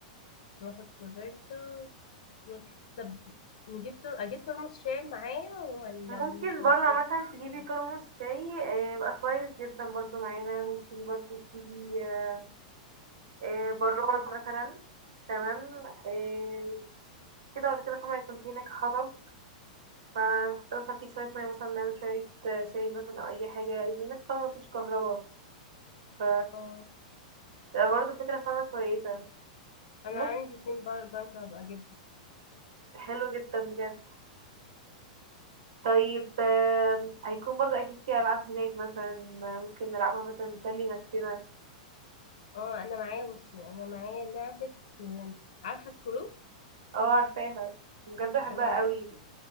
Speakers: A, on the left; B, on the right.
A: ناخد كوفيرتا و... طب نجيب تر... اجيب ترمس شاي معايا ولا
B: ممكن
A: مش هنحتاج
B: برضه عامة تجيبي
A: شاي؟
B: ترمس شاي آه، يبقى كويس جدا برضه معانا ممكن برضه تجيبي آه، آه، براد مثلا تمام آه، كده ولا كده طبعا يكون في هناك حطب ف مثلا في شوية مية مثلا نعمل شوية آه، شاي مثلا أو أي حاجة لأن هناك طبعا مفيش كهرباء ف
A: اه
B: تبقى برضه فكرة فاهمة كويسة
A: انا
B: ممكن
A: عندي اتنين باور بانك هبقى اجيبهم
B: حلو جدا بجد طيب آم، هيكون برضه أكيد في ألعاب هناك مثلا ممكن نلعبها مثلا نسلي نفسنا
A: اه انا معايا بصي انا معايا لعبة آه، عارفة سكرو
B: اه عارفاها بجد بحبها
A: انا معايا
B: قوي
A: سكرو